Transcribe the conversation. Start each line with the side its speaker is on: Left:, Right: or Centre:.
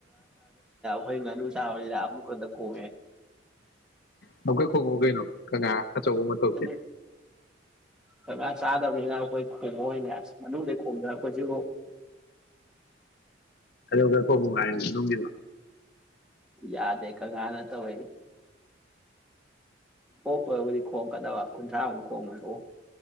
Centre: ꯍꯣꯏ ꯃ ꯑꯅ ꯆꯥ ꯑꯃꯨꯀꯗ ꯀꯣꯋꯦ
Left: ꯑꯃꯨꯛ ꯀꯩ ꯈꯣꯡꯉꯧ ꯀꯩꯅꯣ ꯀꯅꯥ ꯑꯆꯧꯕ ꯃꯇꯧꯁꯦ
Centre: ꯑꯗꯤ ꯀꯪꯂꯥ ꯆꯥꯗꯕꯅꯤꯅ ꯑꯩꯈꯣꯏ ꯈꯣꯡꯕꯣꯏ ꯑꯣꯏꯅ ꯑꯁ ꯃꯅꯨꯡꯗ ꯈꯣꯡꯗꯅ ꯑꯩꯈꯣꯏꯁꯨ
Left: ꯀꯗꯣ ꯀꯔꯣꯅꯨꯡꯉꯥꯏ ꯅꯅꯨꯡꯒꯤꯗ
Centre: ꯌꯥꯗꯦ ꯀ ꯅ ꯇ ꯏ ꯑꯣꯣꯀꯣ ꯈꯣ ꯀ ꯊ ꯈꯣ ꯃ ꯑꯣ